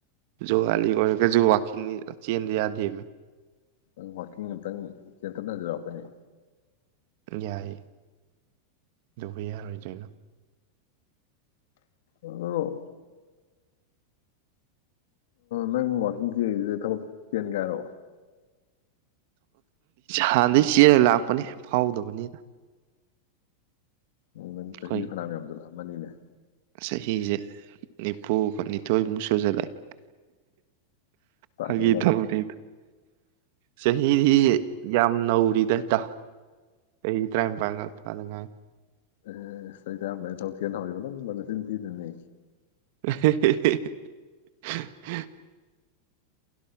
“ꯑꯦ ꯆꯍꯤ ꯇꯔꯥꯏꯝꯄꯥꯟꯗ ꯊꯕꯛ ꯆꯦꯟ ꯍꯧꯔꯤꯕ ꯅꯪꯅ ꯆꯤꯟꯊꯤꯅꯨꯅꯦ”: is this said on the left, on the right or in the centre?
Left